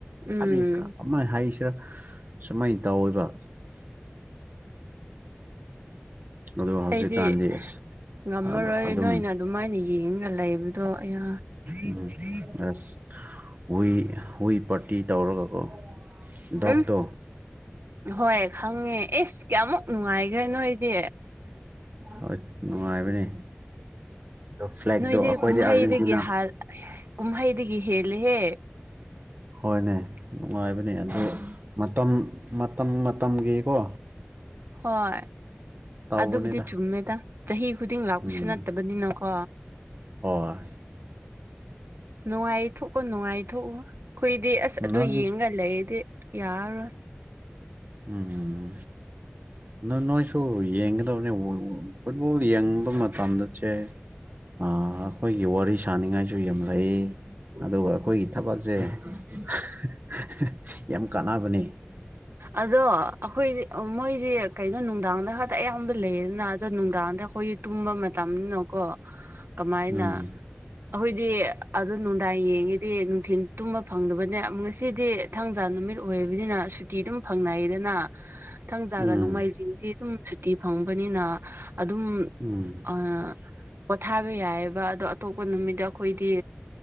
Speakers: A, on the right; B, on the right.
A: ꯎꯝ
B: <unintelligible> ꯑꯃ ꯍꯥꯏꯁꯤꯔꯥ ꯁꯨꯃꯥꯏꯅ ꯇꯧꯋꯕ ꯑꯗꯣ ꯍꯧꯖꯤꯛꯀꯥꯟꯗꯤ
A: ꯑꯩꯗꯤ
B: ꯑꯁ
A: ꯉꯝꯃꯔꯣꯏ
B: ꯑꯗꯨꯝ
A: ꯅꯣꯏꯅ ꯑꯗꯨꯃꯥꯏꯅ ꯌꯦꯡꯅ ꯂꯩꯕꯗꯣ ꯑꯌꯥ
B: ꯎꯝ ꯑꯁ ꯍꯨꯏ ꯍꯨꯏ ꯄꯥꯔꯇꯤ ꯇꯧꯔꯒꯀꯣ ꯗꯣꯛ
A: ꯎꯝ
B: ꯇꯣ
A: ꯍꯣꯏ ꯈꯪꯉꯦ ꯏꯁ ꯀꯌꯥꯃꯨꯛ ꯅꯨꯡꯉꯥꯏꯒ꯭ꯔꯦ ꯅꯣꯏꯗꯤ
B: ꯍꯣꯏ ꯅꯨꯡꯉꯥꯏꯕꯅꯤ ꯑ ꯐ꯭ꯂꯦꯗꯣ
A: ꯅꯣꯏꯗꯤ
B: ꯑꯩꯈꯣꯏꯗꯤ
A: ꯀꯨꯝꯍꯩꯗꯒꯤ
B: ꯑꯥꯔꯖꯦꯟꯇꯤꯅꯥ
A: ꯍꯥ ꯀꯨꯝꯍꯩꯗꯒꯤ ꯍꯦꯜꯂꯦꯍꯦ
B: ꯍꯣꯏꯅꯦ ꯅꯨꯡꯉꯥꯏꯕꯅꯦ ꯑꯗꯨ ꯃꯇꯝ ꯃꯇꯝ ꯃꯇꯝꯒꯤꯀꯣ
A: ꯍꯣꯏ
B: ꯇꯧꯕꯅꯤꯗ
A: ꯑꯗꯨꯕꯨꯗꯤ ꯆꯨꯝꯃꯦꯗ ꯆꯍꯤ ꯈꯨꯗꯤꯡ ꯂꯥꯛꯄꯁꯨ
B: ꯎꯝ
A: ꯅꯠꯇꯕꯅꯤꯅꯀꯣ
B: ꯍꯣꯏ
A: ꯅꯨꯡꯉꯥꯏꯊꯣꯛꯑꯣ ꯅꯨꯡꯉꯥꯏꯊꯣꯛꯑꯣ ꯑꯩꯈꯣꯏꯗꯤ ꯑꯁ ꯑꯗꯨ
B: ꯅꯪ
A: ꯌꯦꯡꯉ ꯂꯩꯗꯤ ꯌꯥꯔꯣꯏ
B: ꯎꯝ ꯅꯥ ꯅꯣꯏꯁꯨ ꯌꯦꯡꯒꯗꯕꯅꯦ ꯐꯨꯠꯕꯣꯜ ꯌꯦꯡꯕ ꯃꯇꯝꯗ ꯆꯦ ꯑꯥ ꯑꯩꯈꯣꯏꯒꯤ ꯋꯥꯔꯤ ꯁꯅꯤꯡꯉꯥꯏꯁꯨ ꯌꯥꯝ ꯂꯩ ꯑꯗꯨꯒ ꯑꯩꯈꯣꯏꯒꯤ ꯊꯕꯛꯁꯦ <unintelligible> ꯌꯥꯝ ꯀꯥꯟꯅꯕꯅꯤ
A: ꯑꯗꯣ ꯑꯩꯈꯣꯏ ꯃꯣꯏꯗꯤ ꯀꯩꯅꯣ ꯅꯨꯡꯗꯥꯡꯗ ꯈ ꯑꯌꯥꯝꯕ ꯂꯩꯌꯦꯅ ꯑꯗꯣ ꯅꯨꯡꯗꯥꯡꯗ ꯑꯩꯈꯣꯏꯒꯤ ꯇꯨꯝꯕ ꯃꯇꯝꯅꯤꯅꯀꯣ ꯀꯃꯥꯏꯅ
B: ꯎꯝ
A: ꯑꯩꯈꯣꯏꯗꯤ ꯑꯗꯨ ꯅꯨꯡꯗꯥꯡ ꯌꯦꯡꯉꯤꯗꯤ ꯅꯨꯡꯊꯤꯜ ꯇꯨꯝꯕ ꯐꯪꯗꯕꯅꯦ ꯉꯁꯤꯗꯤ ꯊꯥꯡꯖꯥ ꯅꯨꯃꯤꯠ ꯑꯣꯏꯕꯅꯤꯅ ꯁꯨꯇꯤ ꯑꯗꯨꯝ ꯐꯪꯅꯩꯌꯦꯗꯅ ꯊꯥꯡꯖꯥꯒ
B: ꯎꯝ
A: ꯅꯣꯡꯃꯥꯏꯖꯤꯡꯗꯤ ꯑꯗꯨꯝ ꯁꯨꯇꯤ ꯐꯪꯕꯅꯤꯅ ꯑꯗꯨꯝ
B: ꯎꯝ
A: ꯑꯥ ꯄꯣꯊꯥꯕ ꯌꯥꯏꯌꯦꯕ ꯑꯗꯣ ꯑꯇꯣꯞꯄ ꯅꯨꯃꯤꯠꯇ ꯑꯩꯈꯣꯏꯗꯤ